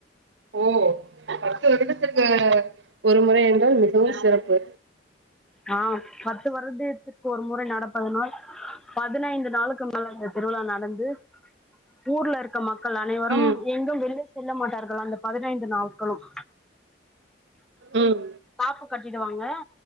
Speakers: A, on the right (about 75°); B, in the centre.
A: ஓ பத்து வருடத்துக்கு ஒரு முறை என்றால் மிகவும் சிறப்பு
B: ஆ பத்து வரது இத்து ஒரு முறை நடப்பதனால் பதினைந்து நாளுக்கு திருவிழா நடந்து ஊர்ல இருக்க மக்கள் அனைவரும்
A: ம்
B: எங்கும் வெளிய செல்ல மாட்டார்கள் அந்த பதினைந்து நாட்களும்
A: ம்
B: காப்பு கட்டிடுவாங்க